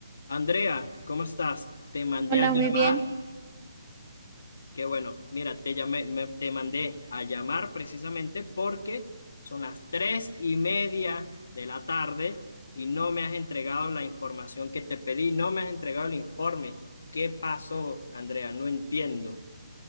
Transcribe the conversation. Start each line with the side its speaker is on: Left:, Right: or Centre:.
Left: Andrea, ¿cómo estás? Te mandé
Right: Hola,
Left: a llamar,
Right: muy bien.
Left: que bueno, mira, te llamé, me- te mandé a llamar precisamente porque son las tres y media de la tarde y no me has entregado la información que te pedí, no me has entregado el informe. ¿Qué pasó, Andrea? No entiendo.